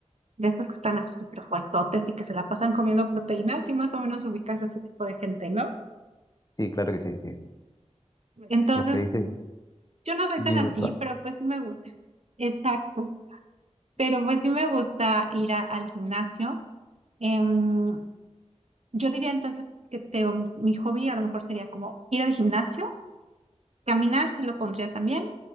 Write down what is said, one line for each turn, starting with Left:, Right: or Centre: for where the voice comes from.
Right: de estos que están así súper fuertotes y que se la pasan comiendo proteínas y más o menos ubicas a ese tipo de gente, ¿no?
Left: Sí, claro que sí, sí.
Right: Entonces,
Left: Los que dices
Right: yo no soy
Left: Jim
Right: tan así,
Left: Rat.
Right: pero pues sí me gusta. Exacto. Pero pues sí me gusta ir a- al gimnasio. Em, yo diría entonces que tengo mis- mi hobby a lo mejor sería como ir al gimnasio, caminar, sí lo pondría también